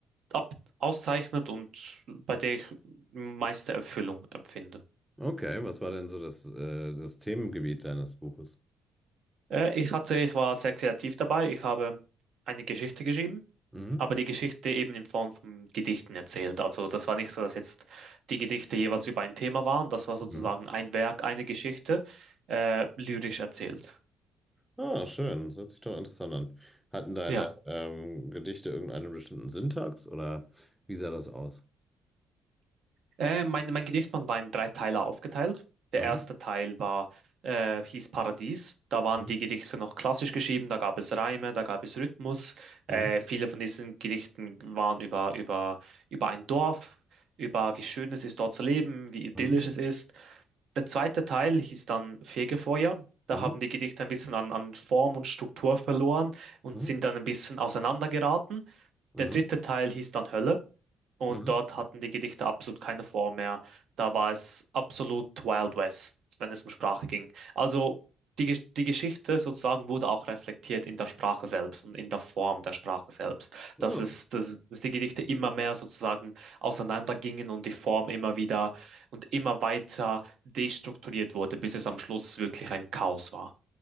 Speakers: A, on the right (about 65°); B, in the centre.
A: ab auszeichnet und bei der ich meiste Erfüllung empfinde.
B: okay, was war denn so das, äh, das Themengebiet deines Buches?
A: Äh, ich hatte, ich war sehr kreativ dabei. Ich habe eine Geschichte geschrieben,
B: Mhm.
A: aber die Geschichte eben in Form von Gedichten erzählt. Also das war nicht so, dass jetzt die Gedichte jeweils über ein Thema waren. Das war sozusagen
B: Mhm.
A: ein Werk, eine Geschichte, äh, lyrisch erzählt.
B: Ah, schön. Das hört sich doch interessant an. Hatten deine
A: Ja.
B: ähm, Gedichte irgendeinen bestimmten Syntax oder wie sah das aus?
A: Äh, mein, mein Gedichtband war in drei Teile aufgeteilt. Der
B: Aha.
A: erste Teil war, äh, hieß Paradies. Da waren
B: Mhm.
A: die Gedichte noch klassisch geschrieben, da gab es Reime, da gab es Rhythmus.
B: Mhm.
A: Äh, viele von diesen Gedichten waren über, über, über ein Dorf, über wie schön es ist, dort zu leben, wie idyllisch
B: Mhm.
A: es ist. Der zweite Teil hieß dann Fegefeuer. Da
B: Mhm.
A: haben die Gedichte ein bisschen an, an Form und Struktur verloren und
B: Mhm.
A: sind dann ein bisschen auseinandergeraten.
B: Mhm.
A: Der dritte Teil hieß dann Hölle. Und
B: Mhm.
A: dort hatten die Gedichte absolut keine Form mehr. Da war es absolut Wild West, wenn es um Sprache ging. Also die, Ge- die Geschichte sozusagen wurde auch reflektiert in der Sprache selbst und in der Form der Sprache selbst.
B: Ja.
A: Dass es, dass, dass die Gedichte immer mehr sozusagen auseinandergingen und die Form immer wieder und immer weiter destrukturiert wurde, bis es am Schluss wirklich ein Chaos war.